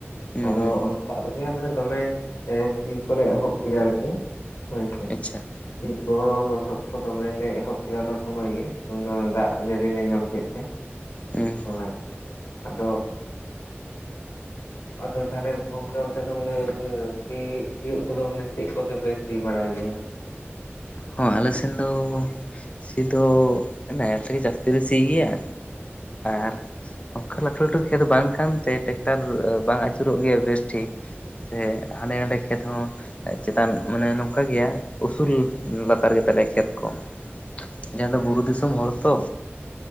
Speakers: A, on the left; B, on the left.
A: ᱦᱩᱸ
B: ᱟᱫᱚ
A: ᱦᱩᱸ
B: ᱚᱱᱠᱟ ᱨᱮᱜᱮ ᱢᱟᱱᱮ ᱫᱚᱢᱮ ᱥᱤ ᱠᱚᱞᱮ ᱮᱦᱚᱵᱽ ᱠᱮᱫᱟ ᱟᱨᱠᱤ᱾ ᱦᱳᱭ ᱥᱮ᱾
A: ᱟᱪᱪᱷᱟ
B: ᱥᱤ ᱠᱚ ᱞᱚᱥᱚᱫ ᱠᱚ ᱫᱚᱢᱮᱞᱮ ᱮᱦᱚᱵᱽ ᱠᱮᱫᱟ ᱚᱱᱟ ᱥᱢᱚᱭ ᱜᱮ ᱚᱱᱟ ᱫᱟᱜ ᱡᱟᱹᱲᱤ ᱞᱮ ᱧᱟᱢ ᱠᱮᱫ ᱛᱮ᱾
A: ᱩᱸ,
B: ᱦᱚᱭ ᱟᱫᱚ ᱟᱫᱚ ᱛᱟᱦᱚᱞᱮ ᱜᱚᱝᱠᱮ ᱚᱱᱛᱮ ᱫᱚ ᱢᱟᱱᱮ ᱤᱭᱟᱹ ᱥᱤ ᱥᱤᱭᱳᱜ ᱠᱚᱫᱚ ᱢᱟᱱᱮ ᱪᱮᱫ ᱠᱚᱛᱮᱯᱮ ᱥᱤ ᱵᱟᱲᱟᱭ ᱜᱮᱭᱟ?
A: ᱦᱚᱸ ᱟᱞᱮ ᱥᱮᱱ ᱫᱚ ᱥᱤ ᱫᱚ ᱱᱟᱦᱮᱞ ᱛᱮᱜᱮ ᱡᱟᱹᱥᱛᱤ ᱞᱮ ᱥᱤ ᱜᱮᱭᱟ᱾ ᱟᱨ, ᱚᱝᱠᱟ ᱞᱟᱹᱴᱩ ᱞᱟᱹᱴᱩ ᱠᱷᱮᱛ ᱵᱟᱝ ᱠᱟᱱᱛᱮ ᱴᱮᱠᱴᱟᱨ ᱵᱟᱝ ᱟᱹᱪᱩᱨᱚᱜ ᱜᱮᱭᱟ ᱵᱮᱥ ᱴᱷᱤᱠ᱾ ᱥᱮ ᱦᱟᱸᱰᱮ ᱱᱟᱸᱰᱮ ᱠᱷᱮᱛ ᱦᱚᱸ ᱪᱮᱛᱟᱱ ᱢᱟᱱᱮ ᱱᱚᱝᱠᱟ ᱜᱮᱭᱟ ᱩᱥᱩᱞ ᱞᱟᱛᱟᱨ ᱜᱮ ᱛᱟᱞᱮᱭᱟ ᱠᱷᱮᱛ ᱠᱚ ᱡᱟᱦᱟᱸ ᱫᱚ ᱵᱩᱨᱩ
B: ᱟᱪᱪᱷᱟ
A: ᱫᱤᱥᱚᱢ ᱦᱚᱲ ᱛᱚ᱾